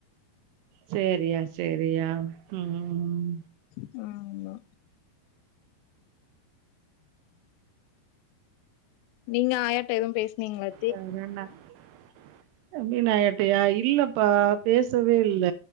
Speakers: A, on the right; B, on the left.
A: சேரியா சேரியா ம்
B: ம் இமா நீங்க ஆயாட்ட எதுவு பேசினீங்களா
A: <unintelligible> <unintelligible> இல்லப்பா பேசவே இல்ல